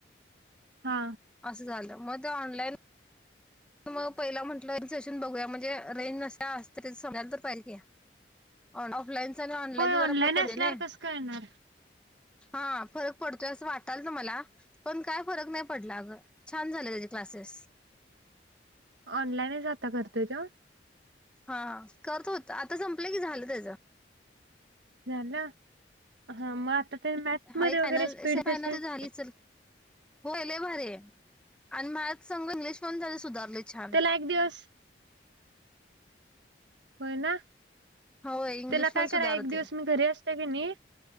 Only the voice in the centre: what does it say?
असं झालं मग ते ऑलाईन. मग पहिला म्हटशून बघूया म्हणजे रेंज नस अस तरी समजायला तर पाहिजे. ऑफलाईनच आणि ऑनलाईनच
जरा ख करते
नाही.
हा फरक पडतोय असं वाटाल त मला. पण काय फरक नाही पडला अग छान झालं त्याचे क्लासेस.
हा करतो होत आता संपलं की झालं त्याचं.
हा
एक
फायनल
<unintelligible> होले भरे आणि मला संग इंग्लिश पण झाले सुधारले छान.
होय इंग्लिश
पण
सुधारते.